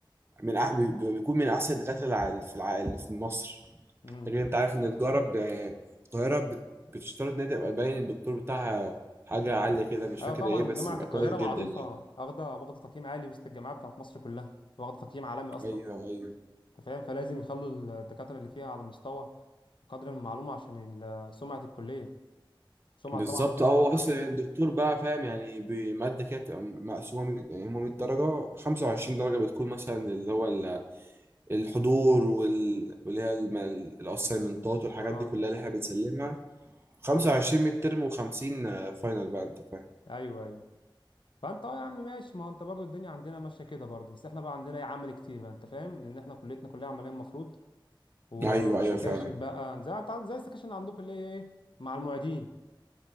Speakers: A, on the right (about 25°); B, on the left (about 70°).
A: من أح- بي- بي- بيكون من أحسن الدكاترة اللي على- في الع- اللي في مصر
B: امم
A: لكن أنت عارف إن تجارة ب- القاهرة بت- بتشترط إن هي تبقى باين الدكتور بتاعها حاجة عالية كده مش
B: ايوه
A: فاكر
B: طبعا
A: إيه بس
B: جامعه
A: بيبقى
B: القاهره
A: كويس جدا
B: معروفه
A: يعني
B: واخده واخده تقييم عالي وسط الجامعات بتاعت مصر كلها واخده تقييم عالمي اصلا
A: أيوه أيوه
B: انت فاهم فلازم يخلوا الدكاتره اللي فيها على مستوى قدر من المعلومه عشان ال- سمعه الكليه سمعه
A: بالظبط
B: طبعا الطلبه
A: هو
B: الخارج-
A: اصلا
B: مم.
A: يعني الدكتور بقى فاهم يعني بماده كده بتبقى مقسومه مية- يعني هم 100 درجه 25 درجه بتكون مثلا اللي هو ال- الحضور وال- واللي هي الم- الاسايمنتات والحاجات
B: اه
A: دي كلها اللي احنا بنسلمها 25 ميد ترم و50 فاينل بقى انت فاهم
B: ايوه ايوه فانت اه يا عم ماشي ما هو انت برضو الدنيا عندنا ماشيه كده برضو بس احنا بقى عندنا ايه، عمل كتير بقى انت فاهم لان احنا كليتنا كلها عمليه المفروض و-
A: ايوه
B: وسكاشن
A: ايوه فعلا
B: بقى زي انت عارف- زي السكاشن اللي عندكم اللي هي ايه مع المعيدين